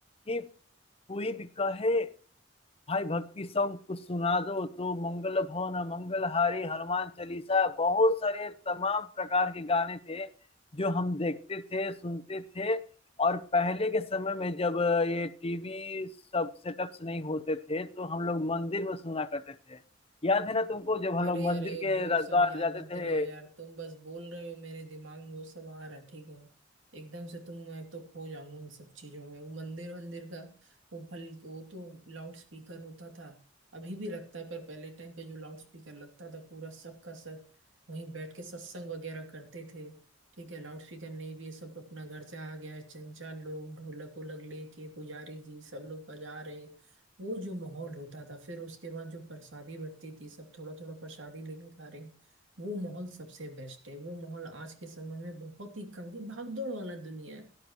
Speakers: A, on the left (about 30°); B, on the right (about 75°).
A: कि कोई भी कहे भाई भक्ति सॉन्ग कुछ सुना दो तो मंगल भवन मंगलहारी हनुमान चालीसा बहुत सारे तमाम प्रकार के गाने थे जो हम देखते थे सुनते थे और पहले के समय में जब ये टीवी सब सेटअप्स नहीं होते थे तो हम लोग मंदिर में सुना करते थे याद है ना तुमको जब
B: अरे
A: हम लोग मंदिर
B: अरे
A: के
B: वो
A: द्वार
B: सब याद
A: जाते
B: मत दिलाओ
A: थे
B: यार तुम बस बोल रहे हो मेरे दिमाग में वो सब आ रहा है ठीक है एकदम से तुम मैं तो खो जाऊंगा उन सब चीजों में वो मंदिर वंदिर का वो भल वो तो लाउड स्पीकर होता था अभी भी लगता है पर पहले टाइम पे जो लाउड स्पीकर लगता था पूरा सबका सर वहीं बैठ के सत्संग वगैरह करते थे ठीक है लाउड स्पीकर नहीं भी ये सब अपना घर से आ गया है चंचा लोग ढोलक वोलक लेके पुजारी जी सब लोग बजा रहे हैं। वो जो माहौल होता था फिर उसके बाद जो प्रसादी बंटती थी सब थोड़ा थोड़ा प्रसादी लेके खा रहे हैं वो माहौल सबसे बेस्ट है वो माहौल आज के समय में बहुत ही कम की भागदौड़ वाला दुनिया है